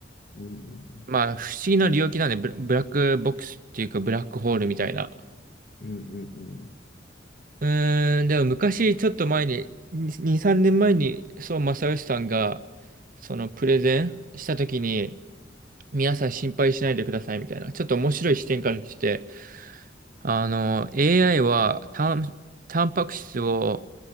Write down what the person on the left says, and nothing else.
うん。うん
うんうん